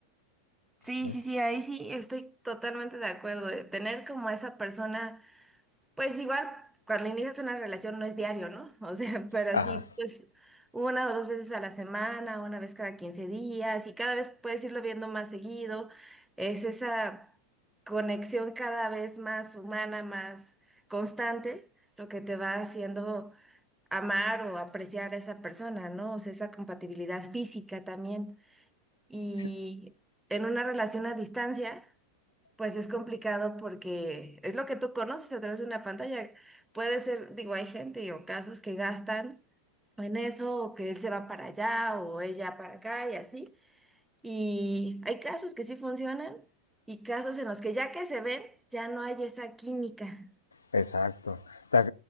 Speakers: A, in the centre; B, on the left (about 75°).
A: Sí,
B: ¿no?
A: sí, sí, ahí sí estoy totalmente de acuerdo. eh, Tener como a esa persona Pues igual, cuando inicias una relación no es diario, ¿no? O sea, <laughs> pero
B: Ajá,
A: sí, pues una o dos veces a la semana, una vez cada 15 días, y cada vez puedes irlo viendo más seguido. Es esa conexión cada vez más humana, más constante, lo que te va haciendo amar o apreciar a esa persona, ¿no? O sea, esa compatibilidad física también. Y
B: sí,
A: en una relación a distancia. Pues es complicado porque es lo que tú conoces a través de una pantalla. Puede ser, digo, hay gente o casos que gastan en eso, o que él se va para allá o ella para acá y así. Y hay casos que sí funcionan y casos en los que ya que se ven, ya no hay esa química.
B: exacto. Ta-